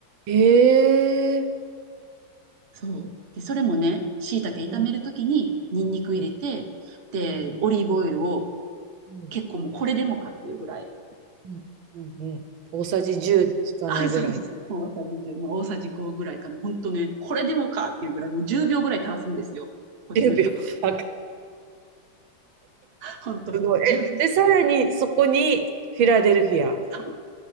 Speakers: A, on the right; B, on the right.
A: へえ。
B: そう。で、それもね、椎茸炒めるときに、
A: うん、
B: ニンニク入れて、
A: うん、
B: で、
A: うん。
B: オリーブオイルを
A: うん
B: 結構もうこれでもかっていうぐらい
A: うんうんうん。大さじ10で効かないぐらい。
B: あ、そうです。大さじ1まあ、大さじ5ぐらいかな。本当ね、これでもかっていうぐらい、もう10秒ぐらい垂らすんですよ。こっちの人って。
A: 10秒。あ
B: 本当本当1秒。
A: すごい。え、
B: <laughs> じゅうびょう
A: <laughs> え、さらにそこにフィラデルフィア
B: そう